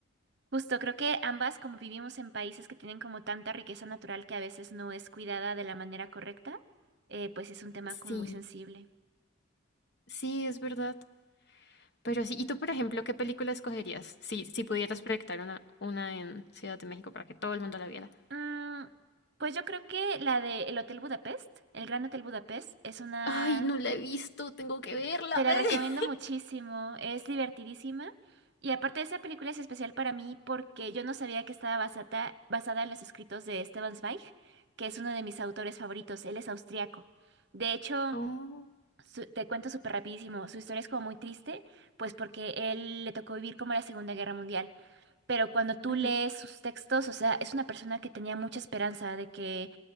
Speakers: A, on the right (about 55°); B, on the left (about 55°).
A: Justo, creo que ambas, como vivimos en países que tienen como tanta riqueza natural que a veces no es cuidada de la manera correcta, eh, pues es un tema
B: Sí,
A: como muy sensible.
B: sí, es verdad. Pero sí, ¿y tú, por ejemplo, qué película escogerías? Si, si pudieras proyectar una, una en Ciudad de México para que todo el mundo la viera.
A: Mm, pues yo creo que la de El Hotel Budapest, el Gran Hotel Budapest, es una...
B: Ay, no la he visto, tengo que verla.
A: Te la
B: <laughs>
A: recomiendo muchísimo, es divertidísima. Y aparte esa película es especial para mí porque yo no sabía que estaba basata- basada en los escritos de Stefan Zweig, que es uno de mis autores favoritos, él es austriaco. De hecho,
B: Oh,
A: su- te cuento súper rapidísimo, su historia es como muy triste, pues porque él le tocó vivir como la Segunda Guerra Mundial pero cuando tú
B: ujú,
A: lees sus textos, o sea, es una persona que tenía mucha esperanza de que